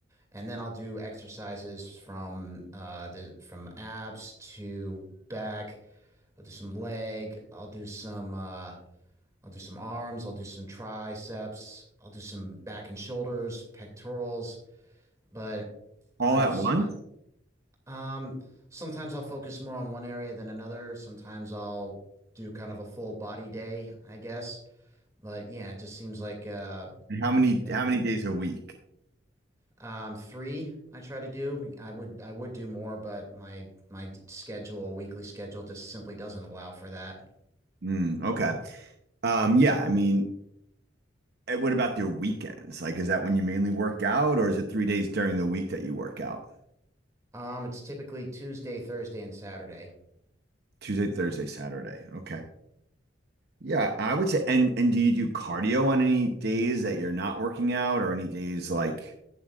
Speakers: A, on the right; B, on the right.
A: And then I'll do exercises from uh the from abs to back. I'll do some leg. I'll do some uh I'll do some arms, I'll do some triceps, I'll do some back and shoulders, pectorals, but I
B: All
A: just
B: at once?
A: um, sometimes I'll focus more on one area than another. Sometimes I'll do kind of a full body day, I guess. But yeah, it just seems like uh,
B: And How many
A: m-
B: how many days a week?
A: um, three I try to do. I would I would do more, but my my d- schedule, weekly schedule, just simply doesn't allow for that.
B: Mm, okay. Um, yeah, I mean, And what about your weekends? Like, is that when you mainly work out, or is it three days during the week that you work out?
A: Um, it's typically Tuesday, Thursday, and Saturday.
B: Tuesday, Thursday, Saturday. Okay. Yeah, I would say. And and do you do cardio on any days that you're not working out, or any days like